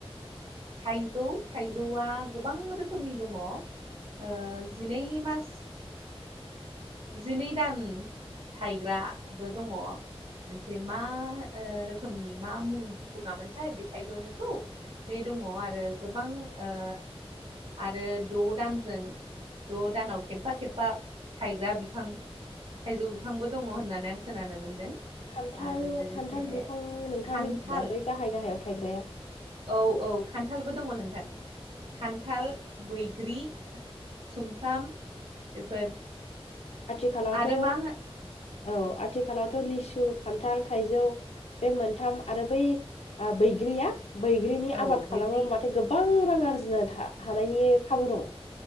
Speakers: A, on the right; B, on the left.
A: थाइजौ -थाइजौआ गोबां रोखोमनि दङ। ओ जिनै मास जिनै दान थाइग्राबो दङ। जे मा ओ रोखोमनि मा मुं बुङा मोनथायाय बे थाइजौनिखौ। बे दङ आरो गोबां ओ आरो द' दानजों द' दानाव खेबफा खेबफा। थायग्रा बिफां थाइजौ बिफांबो दङ होननानै आं खोनानो मोनदों।
B: खान्थाल-खान्थाल
A: आरो लोगोसे
B: बिफां नोंथाङा
A: खान्थाल
B: मिथिला बै गाहाय गाहायाव थायग्राया।
A: औ औ खान्थालबो दङ नोंथां खान्थाल, बैग्रि सुमफ्राम बेफोर।
B: आथिखालावथ'
A: आरो मा
B: औ आथ थिखालावथ' लिसु, खान्थाल, थाइजौ बे मोनथाम आरो बै ओ बैग्रिया। बैग्रिनि
A: औ
B: आबाद
A: बैग्रि
B: खालामोबा थाय गोबां रां आरजिनो था हानायनि खाबु दङ।